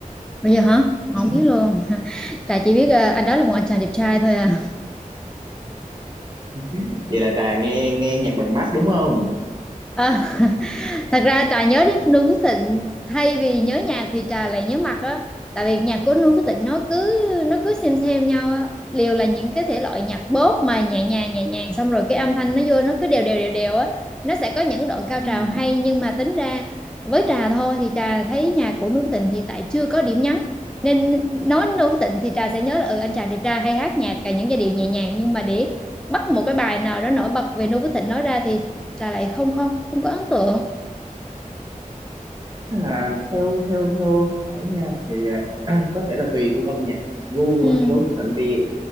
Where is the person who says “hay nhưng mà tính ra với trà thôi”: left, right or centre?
Centre